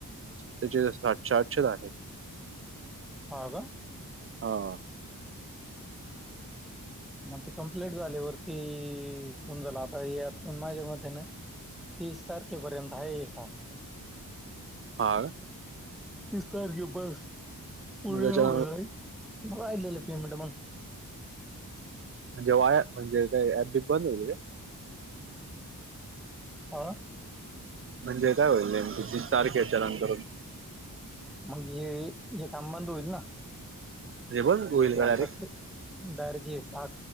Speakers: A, on the right; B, in the centre.
A: त्याचे साठशे आठशच आहे
B: हो का
A: ह
B: मग ते कं्प्लीट झाली वरती समजाला आता यातण माझ्या मते ना तीस तारखे पर्यंत आहे य टास्क
A: हा
B: तीस तारखे बस पुणे
A: मग त्याच्या
B: हो जाई आहिलेलं पेमेंट मग
A: म्हणजे वाया म्हणजे का अबदीी बंद होल रे
B: ह
A: म्हणजे काय होईल तुझ सारखे चरांकरून
B: मग हे हे काम बंद होईल ना
A: म्हणजे बंद
B: ग
A: होईल
B: ज
A: का डायरेक्ट
B: बैरग ट